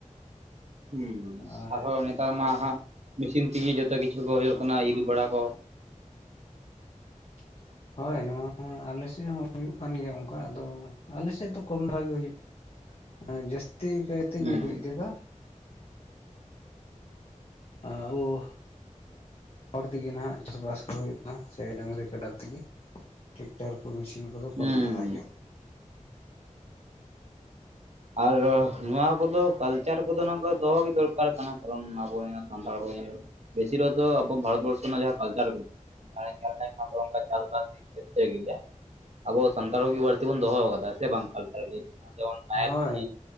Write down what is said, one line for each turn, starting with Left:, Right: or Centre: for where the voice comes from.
Right: ᱦᱩᱸ
Left: ᱟᱨ
Right: ᱟᱨᱦᱚᱸ ᱱᱮᱛᱟᱨ ᱢᱟ ᱦᱟᱸᱜ ᱢᱮᱥᱤᱱ ᱛᱤᱜᱤ ᱡᱚᱛᱚ ᱠᱤᱪᱷᱩ ᱠᱚ ᱦᱩᱭᱩᱜ ᱠᱟᱱᱟ ᱤᱨ ᱵᱟᱲᱟ ᱠᱚ
Left: <unintelligible> ᱦᱳᱭ ᱱᱚᱣᱟ ᱟᱞᱮᱥᱮᱜ ᱦᱚᱸ ᱦᱩᱭᱩᱜ ᱠᱟᱱ ᱜᱮᱭᱟ ᱚᱱᱠᱟ ᱟᱫᱚ ᱟᱞᱮᱥᱮᱜ ᱫᱚ ᱠᱚᱢ ᱫᱷᱟᱨᱟ ᱜᱮ ᱦᱩᱭᱩᱜ ᱠᱟᱱᱟ ᱡᱟᱹᱥᱛᱤ ᱠᱟᱭᱛᱤᱧ
Right: ᱦᱩᱸ
Left: ᱦᱩᱭ ᱤᱫᱤᱭ ᱫᱟᱜ <unintelligible> ᱦᱚᱲ ᱛᱮᱜᱮ ᱱᱟᱦᱟᱜ ᱪᱟᱥᱵᱟᱥ ᱠᱚ ᱦᱩᱭᱩᱜ ᱠᱟᱱᱟ ᱥᱮ ᱰᱟᱹᱟᱝᱨᱤ ᱠᱟᱰᱟᱠ ᱛᱮᱜᱮ ᱴᱮᱠᱴᱟᱨ ᱠᱚ ᱢᱮᱥᱤᱱ ᱠᱚᱫᱚ
Right: ᱦᱩᱸ
Left: ᱠᱚᱢ ᱫᱷᱟᱨᱟ ᱜᱮᱭᱟ
Right: ᱟᱨ ᱱᱚᱣᱟ ᱠᱚᱫᱚ ᱠᱟᱞᱪᱟᱨ ᱠᱚᱫᱚ ᱱᱚᱣᱟ ᱠᱚ ᱫᱚᱦᱚ ᱜᱮ ᱫᱚᱨᱠᱟᱨ ᱠᱟᱱᱟ ᱠᱟᱨᱚᱱ ᱟᱵᱚ ᱥᱟᱱᱛᱟᱲ ᱠᱚ ᱧᱮᱞᱮᱞ ᱵᱮᱥᱤᱨ ᱵᱷᱟᱜ ᱟᱵᱚ ᱵᱷᱟᱨᱚᱛ ᱵᱚᱨᱥᱚ ᱨᱮᱱᱟᱜ ᱡᱟᱦᱟᱸ ᱠᱟᱞᱪᱟᱨ ᱠᱚ ᱵᱟᱭ ᱧᱮᱞ ᱞᱮᱱᱠᱷᱟᱱ <unintelligible> ᱟᱵᱚ ᱥᱟᱱᱛᱟᱲ ᱠᱚᱜᱮ ᱵᱟᱹᱲᱛᱤ ᱵᱚᱱ ᱫᱚᱦᱚ ᱠᱟᱫᱟ ᱥᱮ ᱵᱟᱝ ᱠᱟᱞᱪᱟᱨ ᱫᱤᱠ ᱫᱤᱭᱮ ᱱᱚᱭᱚ ᱡᱮᱢᱚᱱ ᱱᱟᱦᱮᱞ
Left: ᱦᱳᱭ
Right: ᱥᱤ